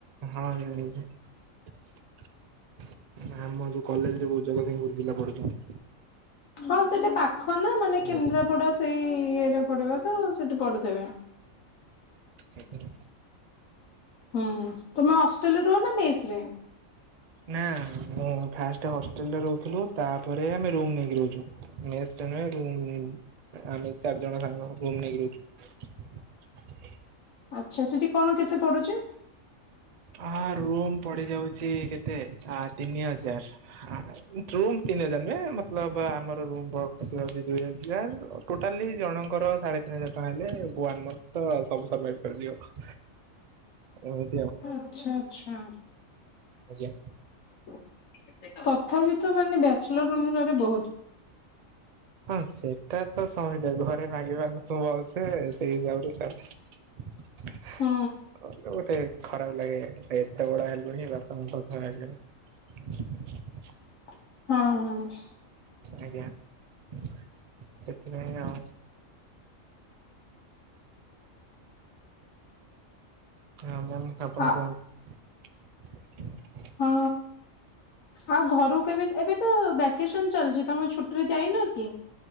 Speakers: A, on the right; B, on the left.
A: ହଁ ଜାଣିଚି ଆମ ଯୋଉ କଲେଜରେ ବୋହୁ ଜଗସିଂପୁର ପିଲା ପଢୁଚନ୍
B: ହଁ ସେଟା ପାଖ ନାଁ ମାନେ କେନ୍ଦ୍ରାପଡ଼ା
A: ଆଜ୍ଞା
B: ସେଇ ଇଏରେ ପଡ଼ିବ ତ ସେଠି ପଢୁଥିବେ।
A: ଆଜ୍ଞା
B: ହୁଁ ତମେ ହଷ୍ଟେଲରେ ରୁହ ନା ମେସ ରେ?
A: ନାଁ ମୁଁ ଫାଷ୍ଟେ ହଷ୍ଟେଲରେ ରହୁଥୁଲୁ ତା ପରେ ଆମେ ରୁମ ନେଇକି ରହୁଚୁ ମେସରେ ନୁହେଁ ରୁମ ଆମେ ଚାରି ଜଣ ସାଙ୍ଗ ରୁମ ନେଇକି ରହୁଚୁ।
B: ଆଚ୍ଛା ସେଠି କଣ କେତେ ପଡୁଚି?
A: ଆ-ଆ ରୁମ୍ ପଡ଼ି ଯାଉଚି କେ ତେ ଆ ତିନି ହଜାର। ଆ ରୁମ୍ ତିନି ହଜାର ନୁହେଁ ମତଲବ ଆମର ରୁମ ବ ଖର୍ଚ୍ଚ ଯାଉଚି ଦୁଇ ହଜାର ଅ ଟୋଟାଲି ଜଣଙ୍କର ସାଢ଼େ ତିନି ହଜାର ଟଙ୍କା ହେଲେ ବୁ ଆମର ତ ସବୁ ସର୍ଭାଇଭ କରିିଯିବ। ଅ
B: ଆଚ୍ଛା। ଆଚ୍ଛା
A: ଆଜ୍ଞା।
B: ତ ତଥାପି ତ ମାନେ ବ୍ୟାଚଲର ଅନୁସାରେ ବହୁତ।
A: ହଁ ସେଟା ତ ଶହେ ଘରେ ମାଗିପାରୁ ନଥିବୁ ଭଲସେ ସେ ସେ ସେଇ ହିସାବରେ ଚାଲେ।
B: ହୁଁ
A: ଅଲଗା ଗୋଟେ ଖରାପ ଲାଗେ ଏତେ ବଡ ହେଲୁଣି ବାପା ଙ୍କୁ ପଇସା ମାଗିବା।
B: ହଁ
A: ଆଜ୍ଞା ସେଥିପାଇଁ ଆଉ। ଆଉ ଆ ଆପଣ
B: ହଁ। ଆ
A: କୁହନ୍ତୁ। <inaudible>
B: ହଁ ଆଉ ଘରକୁ କେବେ ଏବେ ତ ଭ୍ୟାକେସନ ଚାଲିଛି ତମେ ଛୁଟିରେ ଯାଇନ କି?